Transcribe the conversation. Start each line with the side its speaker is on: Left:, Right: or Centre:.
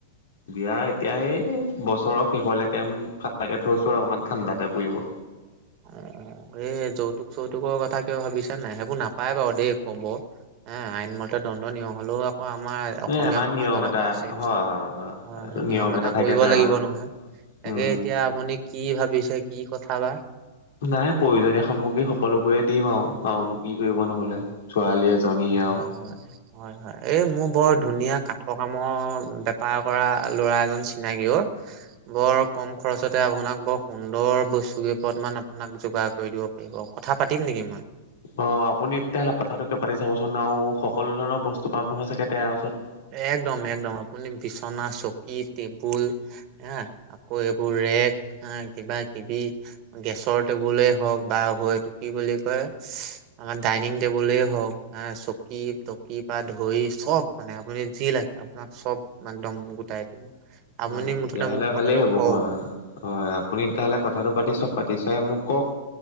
Left: বিয়া এতিয়া এই বছৰৰ শেষলৈকে ফালকে থৈছোঁ আৰু অকনমান ঠাণ্ডাতে পৰিব।
Right: অ, এই যৌতুক-চৌতুকৰ কথা কিবা ভাবিছা নাই? সেইবোৰ নাপাই বাৰু দেই ক'ব। অ, আইন মতে দণ্ডনিয়। হ'লেও আকৌ আমাৰ অসমীয়া
Left: এ আমাৰ
Right: সমাজত
Left: নিয়ম এটা
Right: আকৌ আছে নহয়,
Left: হয় হয় হয় এইটো
Right: নিয়ম এটা
Left: থাকে
Right: কৰিব
Left: যে
Right: লাগিব
Left: আমাৰ।
Right: নহয়। তাকে
Left: উম
Right: এতিয়া আপুনি কি ভাবিছে কি কথা বা?
Left: নাই প্ৰয়োজনীয় সামগ্ৰী সকলোবোৰে দিম আৰু আওনো কি কৰিব নহ'লে। ছোৱালী এজনী আৰু
Right: হয়-হয়। হয়-হয়, এই মোৰ বৰ ধুনীয়া কাঠ কামৰ বেপাৰ কৰা ল'ৰা এজন চিনাকি অ। বৰ কম খৰছতে আপোনাক বৰ সুন্দৰ বস্তু কেইপদ মান আপোনাক যোগাৰ কৰি দিব পাৰি। পাৰিব। কথা পাতিম নেকি মই?
Left: অ, আপুনি তেতিয়াহ'লে কথাটোকে পাতি চাবচোন আৰু সকলো ধৰণৰ বস্তু পাম নহয় চাগে তাৰ ওচৰত।
Right: একদম-একদম আপুনি বিচনা, চকী, টেবুল আহ, আকৌ এইবোৰ ৰেগ আহ কিবা-কিবি গেছৰ টেবুলে হওঁক বা হয় এইটোক কি বুলি কয়? আমাৰ ডাইনিং টেবুলে হওঁক, আহ চকী-তকী পা ধৰি চব মানে আপুনি যি লাগে, আপোনাক চব একদম গোটাই দিব। আপুনি
Left: অ, তেতিয়া
Right: মুঠতে
Left: হ'লে
Right: মোক কথাটো
Left: ভালেই হ'ব,
Right: কওক
Left: হয়‌ অ'হ। হয়। আপুনি তেতিয়া হ'লে কথাটো পাতি চাওঁক, পাতি চাই মোক কওঁক